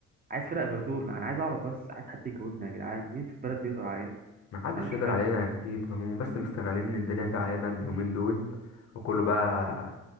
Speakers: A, on the right; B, on the left.
A: عايز فرق غير دول انا عايز اعرف بس عايز حد يجاوبني يا جدعان مين في البلد دي يقدر علينا
B: ما حدش
A: انا مش
B: يقدر
A: فاهم
B: علينا اكيد هم بس مستغلين ان الدنيا جعانه اليومين دول وكله بقى